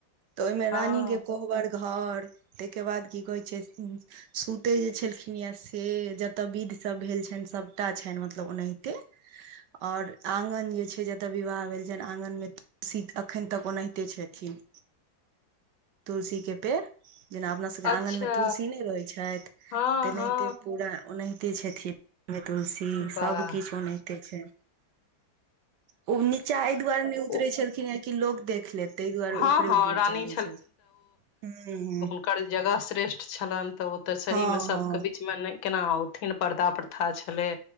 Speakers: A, on the right; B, on the left.
A: तऽ ओहि में
B: हँ
A: रानी के कोहबर घर ताहिके बाद की कहै छै सुतै जे छलखिन या से जतऽ विध। सब भेल छनि सबटा छनि मतलब ओनैहिते। ओर आङ्गन जे छै जतय विवाह भेल छनि आङ्गन में शीत एखन तक ओनैहिते छथिन। तुलसी के पेड़। जेना अपना सबके आँगन
B: अच्छा
A: मे तुलसी नहि रहै छेथ
B: हँ
A: तेनाहिते
B: हँ
A: पूरा ओनाहित की छथिमे तुलसी
B: वाह
A: सबकिछ ओनैहिते छै। ओ नीचा एहि दुआरे नै उतरै
B: ओ-
A: छलखिनहे कि लोग देख लेत तयह दुआरे
B: हँ
A: ऊपरे
B: हँ
A: ऊपरे
B: रानी
A: चलै छै ह्म।
B: ओकर जगह श्रेष्ठ छलन तऽ ओते सही
A: हँ
B: मे सबके
A: हँ
B: भी बीच में ने केना औथिन पर्दा प्रथा छलै